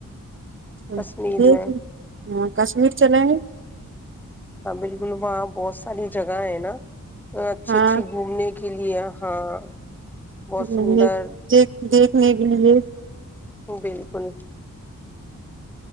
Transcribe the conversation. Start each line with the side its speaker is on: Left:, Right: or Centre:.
Right: ا
Centre: کشمیر
Right: ج
Centre: میں
Right: ہاں کشمیر چلیں گ
Centre: ہاں بالکل وہاں بہت ساری جگہ ہے نا اچھی
Right: ہاں
Centre: اچھی گھومنے کے لیے ہاں بہت سندر
Right: ہ دیک دیکھنے کے لیے
Centre: وہ بالکل